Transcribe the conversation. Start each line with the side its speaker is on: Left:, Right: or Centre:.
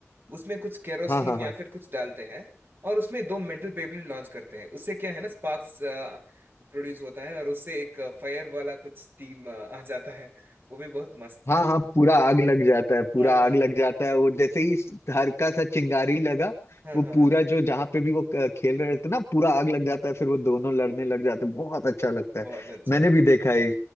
Right: उसमें कुछ केरोसिन
Left: हाँ हाँ हाँ
Right: या फिर कुछ डालते हैं और उसमें दो मेटल बेब्लेड लॉन्च करते हैं उससे क्या है ना स्पार्क्स प्रोड्यूस होता है और उससे एक फायर वाला कुछ स्टीम आ जाता है वो भी बहुत मस्त
Left: हाँ हाँ पूरा आग लग जाता है पूरा
Right: हाँ
Left: आग
Right: हाँ
Left: लग
Right: हाँ
Left: जाता है वो जैसे ही हल्का सा चिंगारी लगा
Right: हाँ
Left: वो
Right: हाँ
Left: पूरा
Right: हाँ,
Left: जो जहाँ पे भी वो अ, खेल रहे थे ना पूरा आग लग जाता है फिर वो दोनों लड़ने लग जाते हैं बहुत अच्छा लगता
Right: बहुत
Left: है
Right: अच्छा
Left: मैंने
Right: लगता
Left: भी देखा है
Right: है